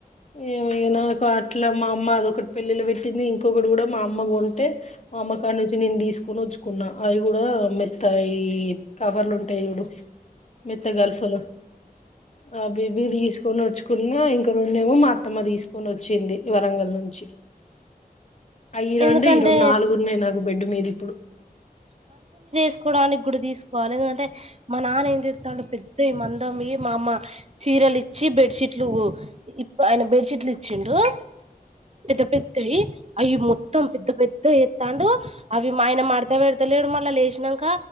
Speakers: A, on the left (about 50°); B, on the right (about 45°).
A: ఎమో ఈగ నాకు అట్లా మా అమ్మ అదొకటి పెళ్ళిలు పెట్టింది ఇంకొకటి కూడా మా అమ్మ కొంటే మా అమ్మ కాడ నుంచిి నేను తీసుకొని ఉచ్చుకున్నా అవి కూడా మెత్తాయి కవర్లు ఉంటాయి చడు మెత్తగల్ఫలు ఆ బిబీ తీసుకొని వచ్చుకున్నా ఇంక రెం మేము మా అత్తమ్మ తీసుకొని వచ్చింది వరంగల్ నుంచి అయ్యి రెండు
B: ఎందుకంటే
A: ఈ రెండు నాలుగున్నాయి నాక్ బెడ్డు మీద ఇప్పుడు
B: తీసుకోడానికి కూడా తీసుకోవాలి ఎందుకంటే మా నాన్న ఏం చేస్తాండు పెద్ద ఈ మందం ఈ మా అమ్మ చీరలు ఇచ్చి బెడ్షీట్లు ఇ ఆయన బెడ్షీట్లు ఇచ్చిండు పెద్ద పెద్దవి అవి మొత్తం పెద్ద పెద్ద తాండు అవి మా ఆయన మడ పెడతలేడు మళ్ళా లేచినంక